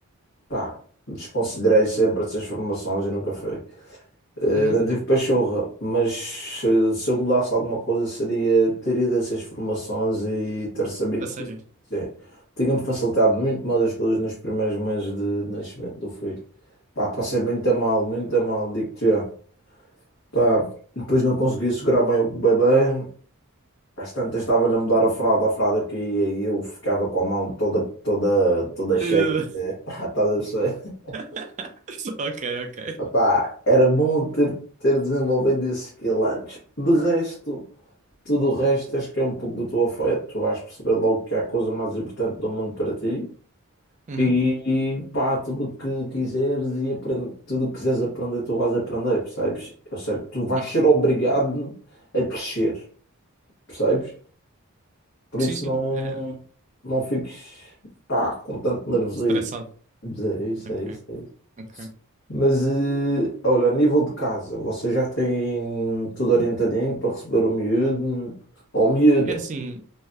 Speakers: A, on the left; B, on the right.
A: pá, desconsiderei sempre essas formações e nunca fui. Eh,
B: Uhum.
A: não tive pachorra, mas eh, se eu mudasse alguma coisa seria ter ido a essas formações e ter sabido.
B: A
A: Porque
B: sério?
A: isso, Sim, tinha-me facilitado muito mais as coisas nos primeiros meses de nascimento do filho. Pá, passei muito a mal, muito a mal, digo-te já. Pá, depois não conseguia segurar bem o bebê. Às tantas estava-lhe a mudar a fralda, a fralda caía e eu ficava com a mão toda, toda, toda cheia
B: Uh.
A: de... <laughs> Pá, estás a perceber?
B: <laughs> Ok, ok.
A: Epá, era bom ter, ter desenvolvido esse skill antes. De resto, tudo o resto acho que é um pouco do teu afeto. Tu vais perceber logo que há a coisa mais importante do mundo para ti.
B: Uhum.
A: E, e pá, tudo o que quiseres e aprend- tudo o que quiseres aprender, tu vais aprender, percebes? Ou seja, tu vais
B: Ok.
A: ser obrigado a crescer, percebes? Por
B: Sim,
A: isso
B: sim.
A: não,
B: É,
A: não fiques, pá, com tanto nervosismo.
B: estressado.
A: Mas É isso,
B: Ok.
A: é isso, é isso.
B: Ok.
A: Mas, eh, olha, a nível de casa, vocês já têm tudo orientadinho para receber o miúdo ou miúda,
B: É assim,